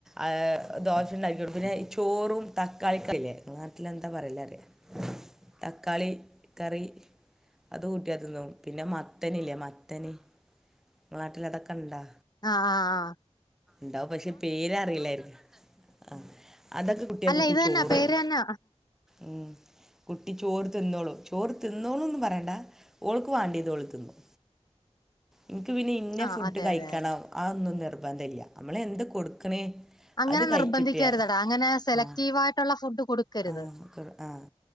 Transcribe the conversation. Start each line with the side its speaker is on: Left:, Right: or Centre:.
Centre: അഹ് ദോഷ്യുണ്ടാക്കി കൊടുക്കല് ന്നെ ഈ ചോറും തക്കാളി കറില്ലേ ഇങ്ങടെ നാട്ടിൽ എന്താ പറയല്ലല്ലേ
Left: <inaudible>
Centre: തക്കാളി കറി അത് കൂട്ട്യാ തിന്നും പിന്നെ മത്തനില്ലേ മത്തന് നാട്ടിലാതൊക്കെണ്ടാ
Left: ആഹ് അഹ്
Centre: ണ്ടാവും പക്ഷെ പേരറിയില്ലായിരുന്ന് ആഹ് അതൊക്കെ കുട്ടിയാ
Left: അല്ല
Centre: കുട്ടി
Left: ഇത്
Centre: ചോറ്
Left: തന്നെ പേര്
Centre: വയ്‌
Left: തന്നെ
Centre: ഉം കുട്ടി ചോറ് തിന്നോള്ളൂ ചോറ് തിന്നോന്നൊന്നും പറയണ്ട ഓൾക്ക് വാണ്ടിത് ഓള് തിന്നു. ഇൻക്ക് പിന്നെ ഇന്ന
Left: ആ
Centre: ഫുഡ്
Left: അതെ
Centre: കഴിക്കണം
Left: അതെ അതെ
Centre: അതൊന്നും നിർബന്ധ ഇല്ല നമ്മള് എന്ത് കൊടുക്കണ്
Left: അങ്ങനെ
Centre: അത് കഴിച്ചിട്ടിയ
Left: നിർബന്ധിക്കരുതടാ അങ്ങനെ സെലക്റ്റീവ്
Centre: ആഹ്
Left: ആയിട്ടുള്ള ഫുഡ് കൊടുക്കരുത്
Centre: ആഹ് ആഹ്